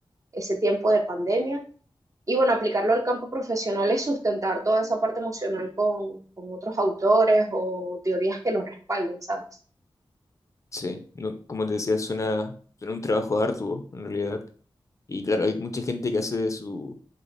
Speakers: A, on the right; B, on the left.
A: ese tiempo de pandemia y bueno, aplicarlo al campo profesional es sustentar toda esa parte emocional con, con otros autores o teorías que los respalden, ¿sabes?
B: sí. No, como te decía, suena, suena un trabajo arduo en realidad. Y claro, hay mucha gente que hace de su